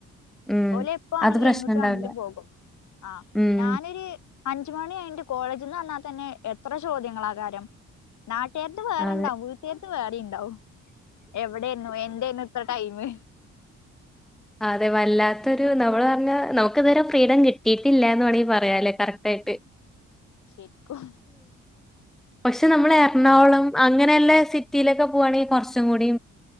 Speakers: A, in the centre; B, on the left.
A: ഉം
B: ഓല്എപ്പാണെങ്കിലും
A: അത് പ്രശ്നം
B: എങ്ങോട്ടാണെങ്കിലും
A: ഉണ്ടാവില്ല
B: പോകും ആഹ്
A: ഉം
B: ഞാനൊരു അഞ്ച് മണി കഴിഞ്ഞിട്ട് കോളേജിന്ന് വന്നാ തന്നെ എത്ര ചോദ്യങ്ങളാകാരം നാട്ടാര്ത്ത് വേറെണ്ടാവും
A: അതെ
B: വീട്ടേര്ത്ത് വേറിണ്ടാവും എവിടായിന്നു എന്തായിരുന്നു ഇത്ര ടൈമ്
A: അതെ വല്ലാത്തൊരു നമ്മള് പറഞ്ഞ നമുക്ക് ഇതുവരെ ഫ്രീഡം കിട്ടിയിട്ടില്ലാന്ന് വേണെങ്കിൽ പറയാലെ കറക്റ്റാ യിട്ട്
B: ശരിക്കും
A: പക്ഷെ നമ്മള്
B: അങ്ങനെയൊക്കെ
A: എറണാകുളം
B: പറ
A: അങ്ങനെയൊള്ള സിറ്റിയിലൊക്കെ പോകുവാണെങ്കിൽ കൊറച്ചുക്കൂടി